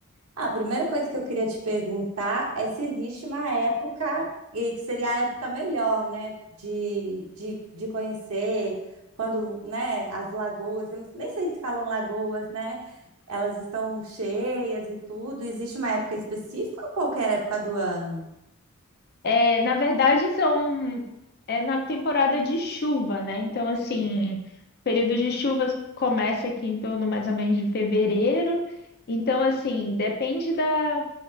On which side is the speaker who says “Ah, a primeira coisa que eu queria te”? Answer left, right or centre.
Right